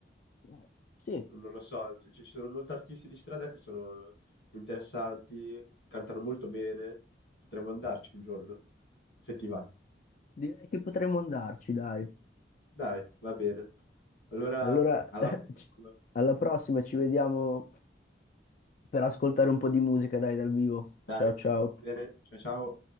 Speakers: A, on the left; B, on the left.
A: Eh, Sì,
B: non, non lo so, c- cioè, ci sono molti artisti di strada che sono interessanti, cantano molto bene, potremmo andarci un giorno, se ti va.
A: direi che potremmo andarci, dai.
B: Dai, va bene. Allora,
A: Allora,
B: alla
A: <laughs>
B: prossima.
A: ci- alla prossima, ci vediamo per ascoltare un po' di musica, dai, dal vivo.
B: Dai,
A: Ciao, ciao.
B: bene, ciao ciao.